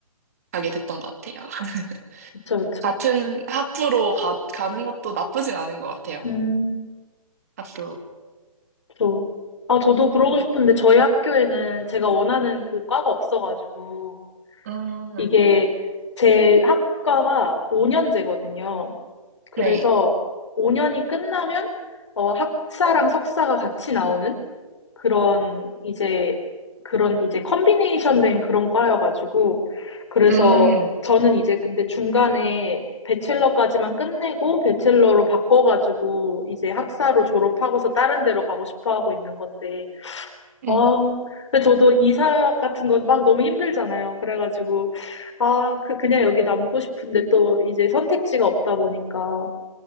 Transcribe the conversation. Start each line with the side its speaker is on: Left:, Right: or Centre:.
Right: 가게 됐던 것 같아요. <laughs>
Left: 그쵸, 그쵸.
Right: 같은 학부로 가, 가는 것도 나쁘진 않은 것 같아요.
Left: 음.
Right: 학교.
Left: 저, 아, 저도 그러고 싶은데 저희 학교에는 제가 원하는 그 과가 없어가지고
Right: 음,
Left: 이게 제 학과가 5년제거든요. 그래서
Right: 네.
Left: 5년이 끝나면 어, 학사랑 석사가 같이 나오는 그런 이제 그런 이제 컨비네이션 된 그런 과여가지고 그래서
Right: 음,
Left: 저는 이제 근데 중간에 배첼러까지만 끝내고 배첼러로 바꿔가지고 이제 학사로 졸업하고서 다른 데로 가고 싶어 하고 있는 건데
Right: 음,
Left: 아, 근데 저도 이사 같은 건 막 너무 힘들잖아요. 그래가지고, 아, 그, 그냥 여기 남고 싶은데 또 이제 선택지가 없다 보니까.